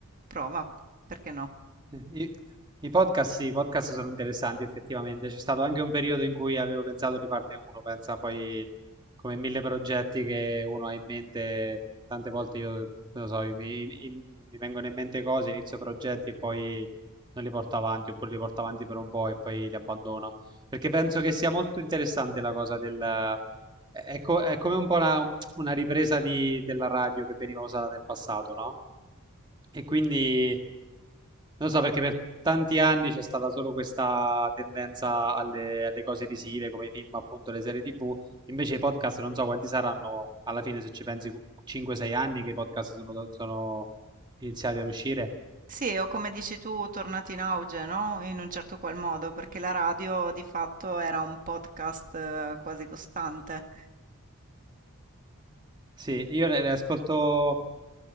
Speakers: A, on the right; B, on the right.
A: prova, perché no?
B: I, i podcast, sì, i podcast sono interessanti effettivamente. C'è stato anche un periodo in cui avevo pensato di farne uno, pensa poi come mille progetti che uno ha in mente, tante volte io, non lo so, mi, mi- mi vengono in mente cose, inizio progetti e poi non li porto avanti, oppure li porto avanti per un po' e poi li abbandono. Perché penso che sia molto interessante la cosa del... È, è co- è come un po' una, una ripresa di- della radio che veniva usata nel passato, no? E quindi... Non so perché per tanti anni c'è stata solo questa tendenza alle, alle cose visive come i film, appunto le serie TV. Invece i podcast non so quanti saranno alla fine, se ci pensi, 5-6 anni che i podcast sono, sono iniziati ad uscire.
A: Sì, o come dici tu, tornati in auge, no? In un certo qual modo, perché la radio di fatto era un podcast eh, quasi costante.
B: Sì, io ne, ne ascolto,